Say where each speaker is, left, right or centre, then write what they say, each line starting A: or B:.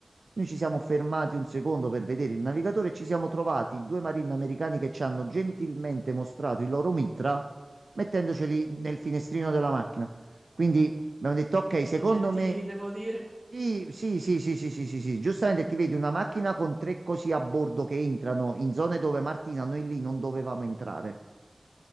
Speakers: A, on the right (about 85°); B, on the right (about 35°).
A: Noi ci siamo fermati
B: sì.
A: un secondo per vedere il navigatore e ci siamo trovati due marini americani che ci hanno gentilmente mostrato il loro mitra mettendoceli nel
B: Mm.
A: finestrino della macchina. Quindi Abbiamo detto, ok,
B: Molto
A: secondo
B: gentili,
A: me...
B: devo dire,
A: Sì, sì, sì, sì, sì, sì, sì, sì. Giustamente ti vedi una macchina con tre così a bordo che entrano in zone dove Martina noi lì non dovevamo entrare.